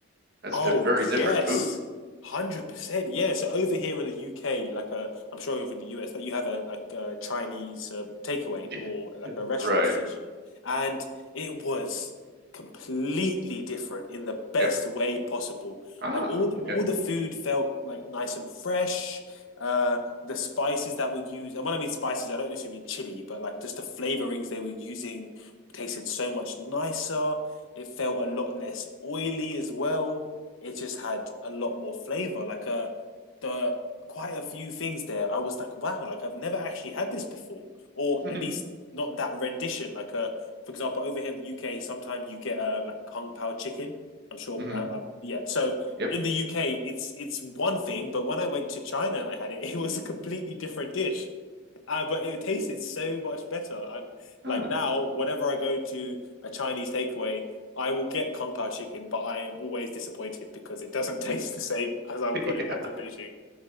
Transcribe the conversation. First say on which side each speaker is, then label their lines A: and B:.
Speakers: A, on the right; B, on the left.
A: That's
B: Oh
A: diff very different
B: yes,
A: food.
B: hundred percent. Yeah. So over here in the UK, like uh, I'm sure over in the US, that you have a like a Chinese uh, takeaway
A: <laughs>
B: or like a restaurant
A: Right.
B: essentially, and it was completely different in the best
A: Yep.
B: way possible.
A: Ah,
B: Like all
A: okay.
B: all the food felt like nice and fresh. Uh, the spices that were used, and when I mean spices, I don't necessarily mean chili, but like just the flavorings they were using tasted so much nicer. It felt a lot less oily as well it just had a lot more flavor. Like uh, the quite a few things there, I was like, wow, like I've never actually had this before,
A: <laughs>
B: or
A: hmm
B: at least not that rendition. Like uh, for example, over here in the UK, sometimes you get uh, like kung pao chicken. I'm sure,
A: hmm
B: uh, uh, yeah. So
A: Yep.
B: in the UK, it's it's one thing, but when I went to China and I had it, <laughs> it was a completely different dish. Uh, but it tasted so much better. And
A: Ah.
B: like now, whenever I go to a Chinese takeaway, I will get Kung Pao chicken, but I am always disappointed because it doesn't <laughs> taste the same as I
A: <laughs>
B: got it back in Beijing.